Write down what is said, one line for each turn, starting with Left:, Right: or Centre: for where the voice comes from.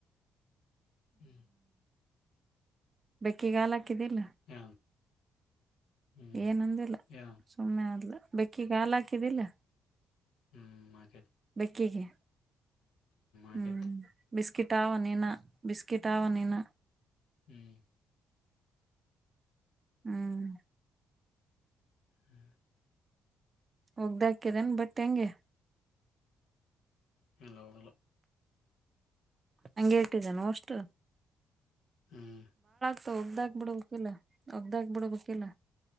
Left: ಹ್ಮ್
Right: ಬೆಕ್ಕಿಗ್ ಹಾಲ್ ಹಾಕಿದ್ದಿಲ್ಲ,
Left: ಯ ಹ್ಮ್
Right: ಏನಂದಿಲ್ಲ
Left: ಯ
Right: ಸುಮ್ಮನೆ ಅದ್ಲು ಬೆಕ್ಕಿಗ್ ಹಾಲ್ ಹಾಕಿದಿಲ್ಲ.
Left: ಹ್ಮ್ ಹಾಕೆ
Right: ಬೆಕ್ಕಿಗೆ
Left: ಆಕೇತಿ
Right: ಹ್ಮ್ ಬಿಸ್ಕಿಟ್ ಆವ ನೀನ ಬಿಸ್ಕಿಟ್ ಆವ ನೀನ.
Left: ಹ್ಮ್
Right: ಹ್ಮ್
Left: ಹ್ಮ್
Right: ಒಗ್ದಾಕ್ಯದೆನ್ ಬಟ್ಟ್ ಹಂಗೆ
Left: ಇಲ್ಲ ಓಗ್ದಿಲ್ಲ.
Right: ಹಂಗೆ ಇಟ್ಟಿದೇನ್ ಅವೊಷ್ಟು.
Left: ಹ್ಮ್
Right: ಪ ಒಗ್ದಾಕ್ ಬಿಡ್ಬೇಕಿಲ್ಲ ಒಗ್ದಾಕ್ ಬಿಡ್ಬೇಕಿಲ್ಲ.